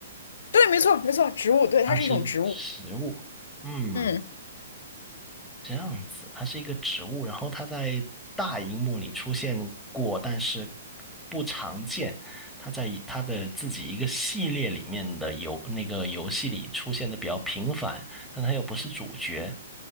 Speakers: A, on the left; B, in the centre.
A: 对，没错没错，植物，对，
B: 它是一个食物，
A: 它是一种植物。
B: 嗯，
A: 嗯
B: 这样子，它是一个植物，然后它在大荧幕里出现过，但是不常见。它在以它的自己一个系列里面的游那个游戏里出现的比较频繁，但它又不是主角。